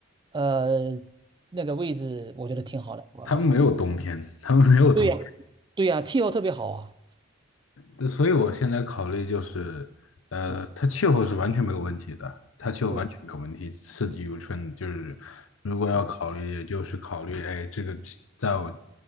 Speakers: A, on the right; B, on the left.
A: 呃，那个位置我觉得挺好的，我
B: 他们没有冬天，他们没有冬。
A: 对呀，对呀，气候特别好啊。
B: 对所以我现在考虑就是，呃，
A: 嗯，
B: 它气候是完全没有问题的，它气候完全没有问题，
A: 对，
B: 四季如春。就是如果要考虑，
A: 嗯
B: 也就是考虑，哎，这个在我